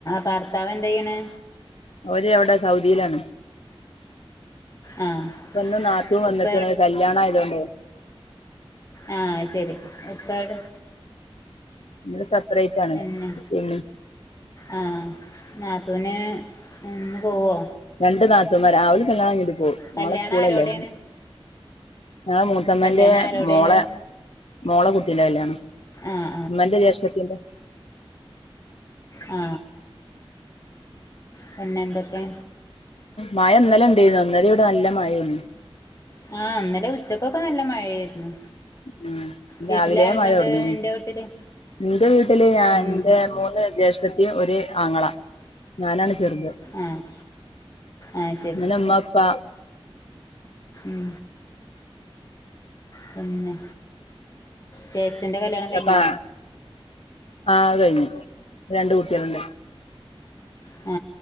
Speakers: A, on the left (about 35°); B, on the left (about 80°).
A: ഭർത്താവ് എന്താ ചെയ്യണേ.
B: അവര് അവിടെ സൗദിയിലാണ്.
A: ആഹ്
B: ഇപ്പെന്ന് നാത്തൂൻ വന്നേക്കണ്
A: ഉപ്പ
B: കല്യാണം ആയതോണ്ടെ.
A: ആ ശരി. ഉപ്പാ എവിടെ
B: നമ്മള് സെപ്പറേറ്റ് ആണ്
A: പിന്നെ
B: പിന്നെ
A: ആ നാത്തൂന് ഇന്ന് പോവോ?
B: രണ്ടു നാത്തൂൻമാരാ. <unintelligible> കല്യാണം കഴിഞ്ഞിട്ട് പോം
A: കല്യാണം
B: നാളെ സ്കൂളല്ലേ.
A: ആരോടെയാണ്
B: ഞങ്ങളെ മൂത്തമ്മാൻ്റെ
A: കല്യാണം ആരോടെയാണ്
B: മോളെ മോളെ കുട്ടീന്റെ കല്യാണം.
A: ആഹ്
B: ഉമ്മാൻ്റെ ജേഷ്ഠത്തീൻ്റെ
A: ആ പിന്നെ എന്തൊക്കെ
B: മഴ ഇന്നലെ ഇണ്ടേരുന്നു. ഇന്നലെ ഇവിടെ നല്ല മഴാന്നി.
A: ആ ഇന്നലെ ഉച്ചക്കൊക്കെ നല്ല മഴയായിരുന്നു.
B: ഉ
A: വീട്ടിലാരൊക്കെണ്ട്
B: രാവിലെ മഴ തുടങ്ങീനി.
A: നിന്റെ വീട്ടില്
B: എൻ്റെ വീട്ടില് ഞാൻ
A: ഉം
B: എൻ്റെ മൂന്ന് ജ്യേഷ്ഠത്തിയും ഒരു ആങ്ങള ഞാനാണ് ചെറുത്.
A: ആഹ് ആഹ് ശരി
B: ഉമ്മ ഉപ്പാ
A: ഉം പിന്നെ ജ്യേഷ്ഠൻ്റെ കല്യാണം കഴിഞ്ഞോ?
B: ഒക്കെ ആ കഴിഞ്ഞു. ഇപ്പരണ്ടു കുട്ടികളുണ്ട്.
A: ആ